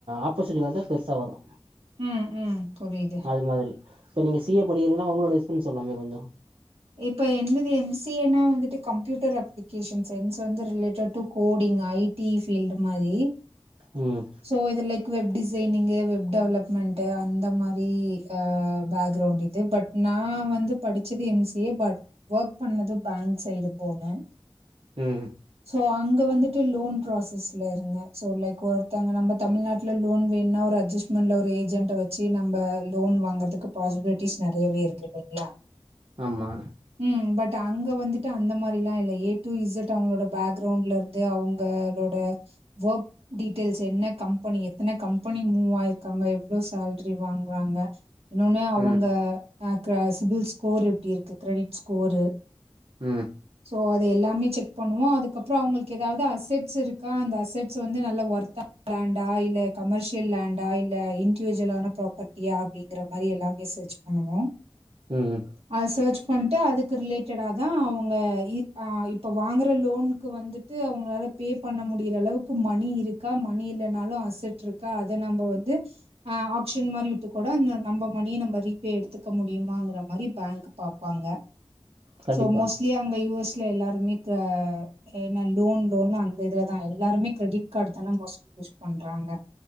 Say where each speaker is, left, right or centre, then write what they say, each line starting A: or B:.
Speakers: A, on the right (about 65°); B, on the right (about 80°).
A: ஆப்போசிட் வந்து பெருசா வரு
B: ம் ம் புரிது
A: இம் மாதிரி இப்ப நீங்க சி ஏப் படிகிறிங்கனா ஒங்களோட இஸ்டம் சொல்லாமே கொஞ்சொ
B: இப்ப என்னுது எம் சி ஏ னா வந்துட்டு கம்ப்யூட்டர் அப்ளிகேஷன் சைன்ஸ் வந்து related to coding IT field மாரி
A: ம்
B: தோ இது லெக் வெப் டிசைனிங்கு வெப் டெவலப்மெண்ட்டு அந்த மாரி ஃபே பேக்ரவுண்ட்டு இது பட் நா வந்து படிச்சது M C A but work பண்ணது பேங்க் சைடுப் போனே
A: ம்
B: சோ அங்க வந்துட்டு லோன் ப்ராசஸ்ல இருந்தே சோ லைக் ஒர்க் தாங்க நம்பத் தமிழ்நாட்ல லோன் வேண்னா ஒரு அட்ஜஸ்ட்மெண்ட்ல ஒரு ஏஜெண்ட வச்சி நம்ப லோன் வாங்கறதுக்குப் பாசிபிலிட்டிஸ் நெறையவே இருக்கு இல்லைங்ளா
A: ஆமா
B: ம் பட் அங்க வந்துட்டு அந்த மாரிலா இல்ல ஏ டூ இசட் அவுங்ளோட பேக்ரவுண்ட்லருக் ட்டு அவுங்களோட வோர்க் டீட்டெயில்ஸ் என்ன கம்பெனி எத்தன கம்பெனி மூவ் ஆயிருக்காங்க எவ்ளோ சேல்ரி வாங்றாங்க இன்னொனே அவங்க
A: ம்
B: அ க சிபில்ஸ் ஸ்கோர் எப்டி இருக்கு கிரெடிட்ஸ் ஸ்கோரு
A: ம்
B: சோ அது எல்லாமே செக் பண்ணுவோ அதுக்கப்ற அவுங்கள்க்கு எதாவ்து அசெட்ஸ் இருக்கா அந்த அசெட்ஸ் வந்து நல்லா ஒர்த்தா லேண்டா இல்ல கமர்ஷியல் லேண்டா இல்ல இண்டிவிஜுவலான பிராப்பர்டியா அப்டிங்கிற மாரி எல்லாமே சர்ச்ப் வணக்கோ
A: ம் ம்
B: அத சர்ச் பண்ட்டு அதுக்கு ரிலேட்டடாதா அவுங்க இப் அ இப்ப வாங்கற லோன்க்கு வந்துட் து அவுங்களாலப் பேப் பண்ண முடியிற அளவுக்கு மணி இருக்கா மணி இல்லனாலு அசட்ருக்கா அத நம்ம வந்து அ ஆப்ஷன் மாரி விட்டு கூட இந்த நம்ப மணிய நம்ப ரீப்பே எடுத்துக்க முடியுமாங்கற மாரிப் பேங்க் பாப்பாங்க
A: கண்டிப்பா
B: சோ மோஸ்ட்லி அங்க யு எஸ்ல எல்லாருமே க ஏன்னா லோன் லோன்னு அந்த இதுலதா எல்லாருமே கிரெடிட் கார்டு தான மோஸ்ட் யூஸ் பண்றாங்க